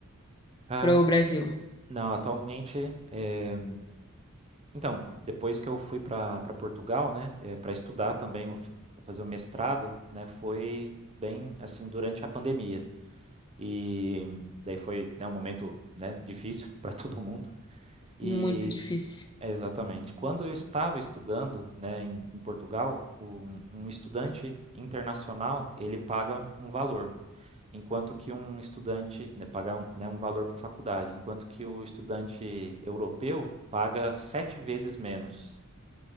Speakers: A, on the right (about 30°); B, on the left (about 20°).
A: Ah,
B: pro Brasil?
A: não, atualmente, é, então, depois que eu fui para para Portugal, né, para estudar também, eu fi- pra fazer o mestrado, né, foi bem assim durante a pandemia. E daí foi, né, um momento, né, difícil <laughs> para todo mundo. E
B: Muito difícil.
A: é, exatamente, quando eu estava estudando, né, em, em Portugal, um, um estudante internacional, ele paga um valor, enquanto que um estudante, né, paga um, né, um valor para a faculdade, enquanto que o estudante europeu paga sete vezes menos.